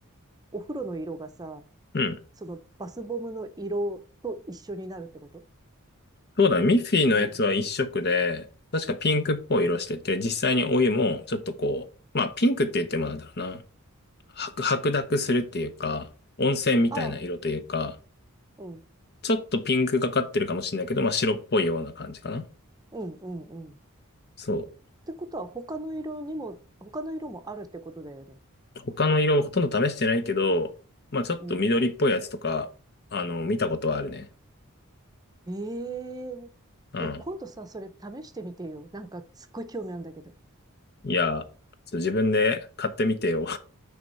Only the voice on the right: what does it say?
お風呂の色がさ、
そのバスボムの色と一緒になるってこと
み、
ああ、うん、
うん、うん、うん。っ
てことは、他の色にも、他の色もあるってことだよね。
うん。
ええ
で、今度さ、それ試してみてよ。なんか、すっごい興味あるんだけど。